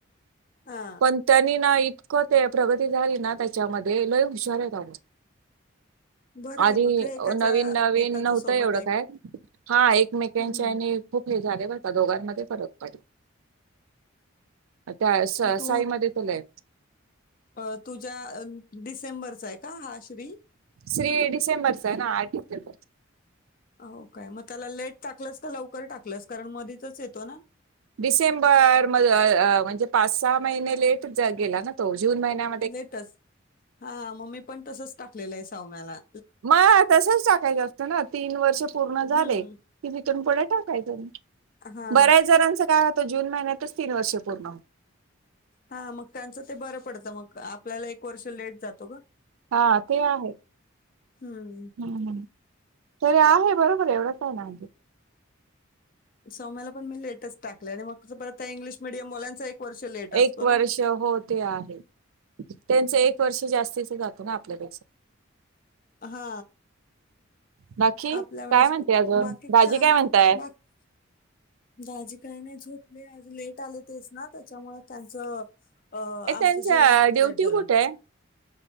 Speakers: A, on the left; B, on the right.
A: हा
B: पण त्यांनी ना इतकं ते प्रगती झाली ना त्याच्यामध्ये लय हुशार आहे त्याम
A: बरं आहे
B: आधी
A: मग काय एकाचा
B: नवीन नवीन
A: एकाच्या
B: नव्हतं
A: सोबत
B: एवढं
A: एक
B: काय हा एकमेकांच्या
A: हम्म
B: आणि खूप हे झाले ब दोघांमध्ये फरक पडेल त्या
A: मग तू
B: साईमध्ये चलाय
A: अ तुझ्या डिसेंबरचा आहे का हा श्री
B: श्री डिसेंबर स ना आर्टसेबर
A: हो काय मग त्याला लेट टाकलंस तर लवकर टाकलंस कारण मधीतच येतो ना
B: डिसेंबर म म्हणजे पाच सहा महिने लेट गेला ना तो जून महिन्या
A: लेटच हा मम्मी पण तसच टाकलेलं आहे सावम्याला
B: म तसच टाकायचं असतं ना तीन वर्ष पूर्ण
A: हम्म
B: झाले ती भथून पुढे टाकायच
A: हा
B: बऱ्याच जणांच काय जून महिन्याच तीन वर्ष पूर्ण
A: हा मग त्यांचं ते बरं पडतं मग आपल्याला एक वर्ष लेट जातो ग
B: हा ते आहे
A: हम्म
B: हम्म तर आहे बरोबर आहे एवढंच आहे ना म्हजे
A: स मला पण मी लेटेस् टाकय आणि मग परत त्या इंग्लिश मिीडयमलांचा एक वर्ष लेट असतो
B: एक वर्ष
A: ना
B: हो ते आहे त्यांचं एक वर्ष जास्तीच जात ना आपल्यापेक्षा
A: हा
B: बाकी
A: आपल्या वेळेसू
B: काय म्हणते अजून
A: बाकी
B: भाजी
A: काय
B: म्हणताय
A: बाकी दाजी काही नाही झोपले आज लेट आले तेच ना त्याच्यामु त्यांचं अ
B: ए
A: आमचं
B: त्यांच्या
A: जीवन आज
B: ड्युटी
A: लेट झालं
B: कुठे आहे